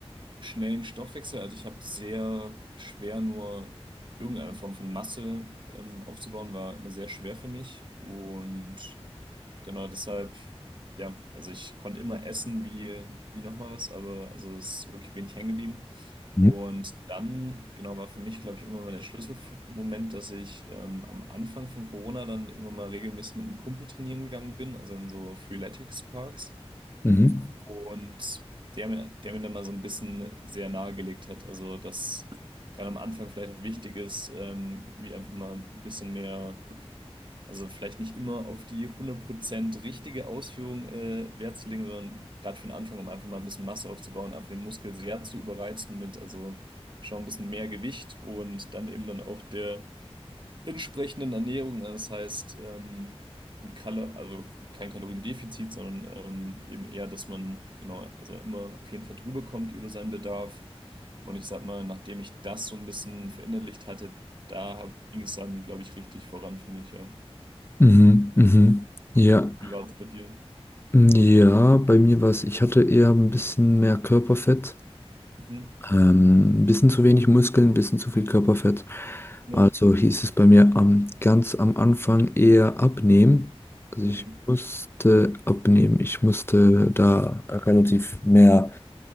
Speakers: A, on the right; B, on the left.
A: schnellen Stoffwechsel. Also ich habe sehr schwer nur irgendeine Form von Masse ähm, aufzubauen, war immer sehr schwer für mich. Und genau deshalb, ja, also ich konnte immer essen wie, wie nochmal was, aber also es ist wirklich wenig hängen geblieben.
B: Mhm.
A: Und dann, genau, war für mich, glaube ich, irgendwann mal der Schlüsselmoment, dass ich ähm, am Anfang von Corona dann irgendwann mal regelmäßig mit einem Kumpel trainieren gegangen bin, also in so Freeletics-Parks.
B: Mhm.
A: Und der mir, der mir dann mal so ein bisschen sehr nahegelegt hat, also dass gerade am Anfang vielleicht auch wichtig ist, ähm, wie einfach mal ein bisschen mehr, also vielleicht nicht immer auf die hundert Prozent richtige Ausführung äh, Wert zu legen, sondern gerade für den Anfang, um einfach mal ein bisschen Masse aufzubauen, einfach den Muskel sehr zu überreizen mit, also schon ein bisschen mehr Gewicht und dann eben dann auch der entsprechenden Ernährung. Also Das heißt, ähm, ein Kal also kein Kaloriendefizit, sondern ähm, eben eher, dass man genau, also immer auf jeden Fall drüber kommt über seinen Bedarf. Und ich sag mal, nachdem ich das so ein bisschen verinnerlicht hatte, da ging es dann, glaube ich, richtig voran für mich, ja.
B: Mhm. Mhm. Ja.
A: Wie war es bei dir?
B: Ja, bei mir war es, ich hatte eher ein bisschen mehr Körperfett.
A: Mhm.
B: Ähm, ein bisschen zu wenig Muskeln, ein bisschen zu viel Körperfett.
A: Ja.
B: Also hieß es bei mir am, ganz am Anfang eher abnehmen. Also
A: Mhm.
B: ich musste abnehmen. Ich musste da relativ mehr